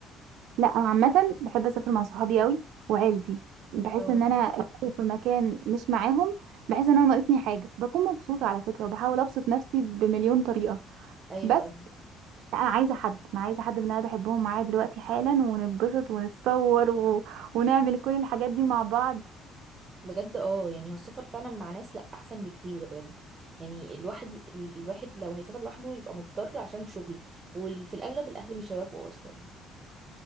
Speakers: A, on the right (about 75°); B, on the right (about 25°).
A: لا انا عامه بحب اسافر مع صحابي قوي وعيلتي بحس
B: اه
A: ان انا لو في مكان مش معاهم بحس ان انا ناقصني حاجه بكون مبسوطه على فكره وبحاول ابسط نفسي بمليون طريقه
B: ايوه
A: بس لا، انا عايزه حد انا عايزه حد من اللي انا بحبهم معايا دلوقتي حالا ونتبسط ونتصور و... ونعمل كل الحاجات دي مع بعض
B: بجد اه يعني هو السفر فعلا مع ناس لا احسن بكتير بجد يعني الواحد ال- الواحد لو هيسافر لوحده يبقى مضطر عشان شغل وفي الاغلب الاهل مش هيوافقوا اصلا